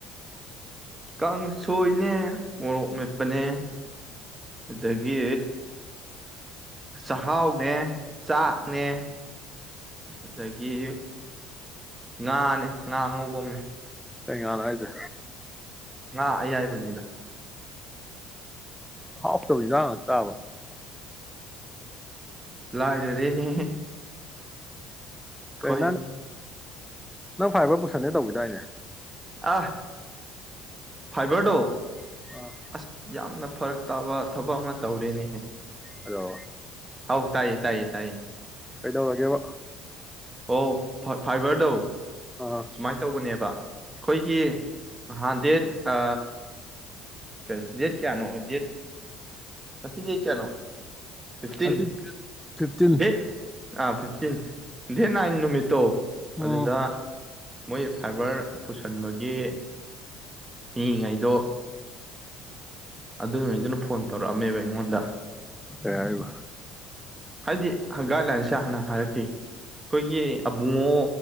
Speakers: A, on the right (about 20°); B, in the centre.
A: ꯀꯥꯡꯁꯣꯏꯅꯦ ꯃꯣꯔꯣꯛ ꯃꯦꯠꯄꯅꯦ ꯑꯗꯨꯗꯒꯤ ꯆꯍꯥꯎꯅꯦ ꯆꯥꯛꯅꯦ ꯑꯗꯒꯤ ꯉꯥꯅꯦ ꯉꯥ ꯑꯉꯧꯕ ꯑꯃꯅꯦ
B: ꯀꯩꯉꯥꯅꯣ ꯍꯥꯏꯁꯦ
A: ꯉ ꯑꯌꯥꯏꯕꯅꯤꯗ
B: ꯍꯐ ꯇꯃꯤ ꯆꯥꯕ
A: ꯂꯥꯖꯔꯦꯅꯦ ꯍꯣꯏ
B: ꯀꯩ ꯅꯪ ꯅꯪ ꯐꯔꯕ ꯄꯨꯁꯟꯅꯅꯤꯦ ꯇꯧꯋꯗꯥꯏꯅꯦ
A: ꯑ ꯐꯥꯏꯕꯔꯗꯣ
B: ꯑꯥ
A: ꯑꯁ ꯌꯥꯝꯝ ꯅ ꯐꯔꯛ ꯇꯥꯕ ꯊꯕꯛ ꯑꯃ ꯇꯧꯔꯦꯅꯦꯍꯦ
B: ꯑꯗꯣ
A: ꯍꯥꯎ ꯇꯥꯏꯌꯦ ꯇꯥꯏꯌꯦ ꯇꯥꯏꯌꯦ
B: ꯀꯩꯗ ꯋꯥꯒꯦꯕ
A: ꯑꯣ ꯐ ꯐꯥꯏꯕꯔꯗꯧ
B: ꯑꯥ
A: ꯁꯨꯃꯥꯏꯅ ꯇꯧꯕꯅꯦꯕ ꯑꯩꯈꯣꯏꯒꯤ ꯍꯥꯟ ꯗꯦꯠ ꯑ ꯀ ꯗꯦꯠ ꯀꯌꯥꯅꯣ ꯗꯦꯠ ꯀꯁ ꯗꯦꯠ ꯀꯌꯥꯅꯣ ꯐꯤꯐꯇꯤꯟ
B: ꯑꯗꯨ ꯐꯤꯞꯇꯤꯟ
A: ꯗꯦꯠ ꯑꯥ ꯐꯤꯞꯇꯤꯟ ꯗꯦꯠ ꯅꯥꯏꯟ ꯅꯨꯃꯤꯠꯇꯣ
B: ꯎꯝ
A: ꯑꯗꯨꯗ ꯃꯣꯏ ꯐꯥꯏꯕꯔ ꯄꯨꯁꯟꯕꯒꯤ ꯃꯤꯏꯉꯩꯗꯣ ꯑꯗꯨꯉꯩꯗꯨꯅ ꯐꯣꯟ ꯇꯧꯔꯛꯑꯝꯃꯦꯕ ꯑꯩꯉꯣꯟꯗ
B: ꯑꯦꯕ
A: ꯍꯥꯏꯗꯤ ꯒꯥꯏꯗꯂꯥꯏꯟꯁꯦ ꯍꯥꯟꯅ ꯍꯥꯏꯔꯛꯈꯤ ꯑꯩꯈꯣꯏꯒꯤ ꯑꯕꯨꯡꯉꯣ